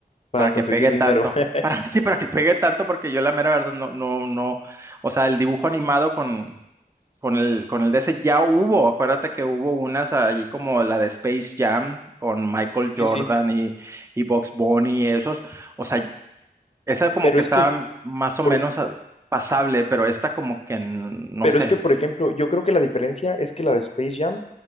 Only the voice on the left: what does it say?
para
conseguir
dinero.
<laughs>
Sí, sí.
Pero
es
que,
por-
pero
es que, por ejemplo, yo creo que la diferencia es que la de Space Jam,